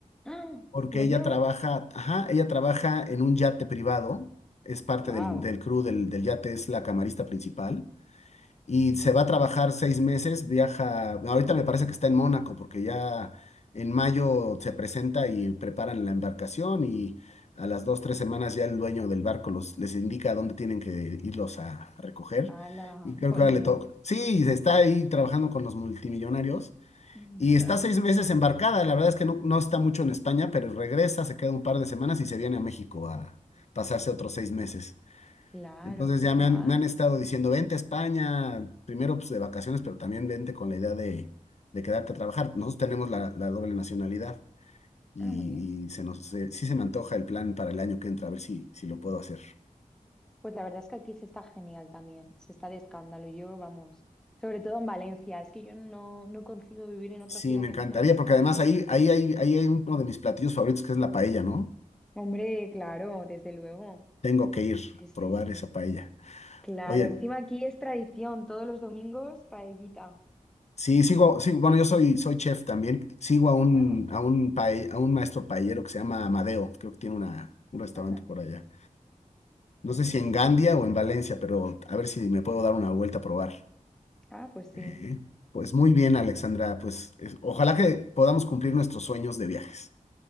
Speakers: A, in the centre; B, on the left.
A: Ah,
B: porque
A: Como
B: ella
A: yo.
B: trabaja, ajá, ella trabaja en un yate privado, es parte
A: Wow.
B: del, del crew del, del yate, es la camarista principal y se va a trabajar seis meses, viaja, ahorita me parece que está en Mónaco porque ya en mayo se presenta y preparan la embarcación y a las dos, tres semanas ya el dueño del barco los, les indica a dónde tienen que irlos a, a recoger.
A: ¡Hala!
B: Y creo
A: ¡Jolín!
B: que ahora le toca. Sí, está ahí trabajando con los multimillonarios.
A: <laughs>
B: Y está seis meses embarcada, la verdad es que no, no está mucho en España, pero regresa, se queda un par de semanas y se viene a México a pasarse otros seis meses.
A: Claro,
B: Entonces
A: qué
B: ya
A: guay.
B: me han, me han estado diciendo, vente a España, primero pues, de vacaciones, pero también vente con la idea de, de quedarte a trabajar. Nosotros tenemos la, la doble nacionalidad y,
A: Ah, muy bien.
B: y se nos, se- sí se me antoja el plan para el año que entra, a ver si, si lo puedo hacer.
A: Pues la verdad es que aquí se está genial también, se está de escándalo. Yo, vamos, sobre todo en Valencia, es que yo no, no concibo vivir en otra
B: Sí,
A: ciudad
B: me
A: que
B: encantaría,
A: no sea esta,
B: porque además
A: es...
B: ahí, ahí, hay- ahí hay uno
A: Ya.
B: de mis platillos favoritos que es la paella, ¿no?
A: Hombre, claro, desde luego.
B: Tengo que ir
A: Sí,
B: a
A: sí,
B: probar
A: sí.
B: esa paella.
A: Claro,
B: Oye,
A: encima aquí es tradición, todos los domingos paellita.
B: Sí, sigo, sí, bueno, yo soy, soy chef también. Sigo a un,
A: Wow,
B: a un, pae- a un maestro paellero que se llama Amadeo. Creo que tiene una, un restaurante
A: anda,
B: por allá.
A: pues
B: No sé
A: sí.
B: si en Gandia o en Valencia, pero a ver si me puedo dar una vuelta a probar.
A: Ah, pues sí,
B: Ujú. Pues muy bien, Alexandra. Pues es- ojalá que podamos cumplir nuestros sueños de viajes.